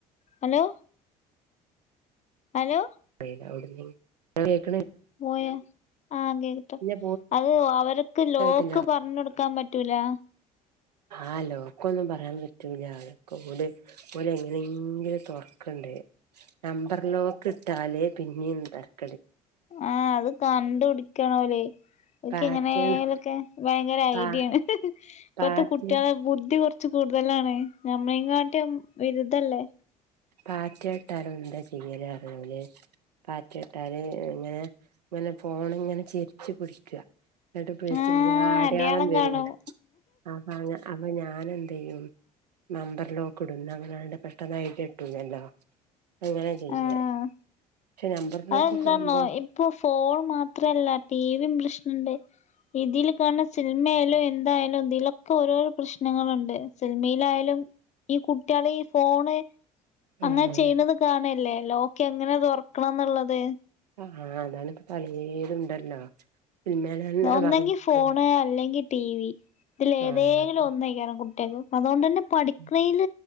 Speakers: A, on the left (about 35°); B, on the right (about 85°).
A: ഹലോ ഹലോ
B: അവി <unintelligible>
A: പോയ ആ <unintelligible>
B: പിന്നെ
A: അത് അവര്ക്ക്
B: പോയിട്ടായിട്ടില്ല
A: ലോക്ക് പറഞ്ഞാെട്ക്കാം പ റ്റൂലാ
B: ആഹലോക്കൊന്നും പറയാൻ പറ്റൂല്ല അതൊക്കെ ഓല് ഓലെങ്ങനെയെങ്കിലും തൊർ ക്ക്ണ്ട് നമ്പർ ലോക്ക്ട്ടാല് പിന്നിം ന്തര്
A: ആ അത് കണ്ട്പുടിക്കാണോലേ ഒക്കെ
B: പാറ്റേൺ
A: എങ്ങനെലൊക്കെ ഭയങ്കര
B: പാ
A: ഐഡിയാണ് ഇപ്പത്തെ
B: പാറ്റേൺ
A: കുട്ടികളെ ബുദ്ധി കൊർ ച്ച് കൂട്തലാണെ ഞമ്മളെങ്ങാട്ട്യും വിരുതല്ലേ
B: പാറ്റാട്ടാലും എന്താ ചെയ്യല് അറ്യോല് പാറ്റിട്ടാല് ങ്ങനെ ങ്ങനെ ഫോണിങ്ങനെ ചെരിച്ച് പിടിക്ക ന്നട്ട്
A: ആഹ്
B: ച്ച അടയാളം വരും
A: കാണും
B: അപ്പ അങ്ങ് അപ്പൊ ഞൻ എന് യും നമ്പർ ലോക്ക് ഇടും ന്ന അങ്ങനങ്ങ് പെട്ടെന്നങ്ങ് ഐഡിയ ട്ടൂലല്ലോ അങ്ങനെ ചെയ്യ
A: ആഹ്
B: നമ്പർ ലോക്കൊക്കെ
A: അതെന്താന്നോ
B: ആവുമ്പോ
A: ഇപ്പൊ ഫോൺ മാത്രല്ല ടിവി പ്രശ്നണ്ട് ഇതിൽ കാണ സിൽമായാലും എന്തായാലും ഇതിലൊക്കെ ഓരോരോ പ്രശ്നങ്ങളുണ്ട് സിൽമിലായാലും ഈ കുട്ടികള ഈ ഫോണ്
B: ആ
A: അങ്ങനെ ചെയ്യുന്നത് കാണ ല്ലേ ലോക്ക് എങ്ങനെ തുറക്കണംന്നുള്ളത്
B: ആഹ് അതാണ പലേതുണ്ടല്ലോ സിനിമേലെന്നെ
A: ഒന്നെങ്കി
B: പറഞ്ഞിട്ടുണ്ട്
A: ഫോണ് അല്ലെങ്കിൽ ടി വി ഇതിൽ ഏതെങ്കിലും
B: ആഹ് അതെ.
A: ഒന്നെക്കാരം കുട്ട് അതൊണ്ടേനെ പഠിക്കണൽ
B: ഉം.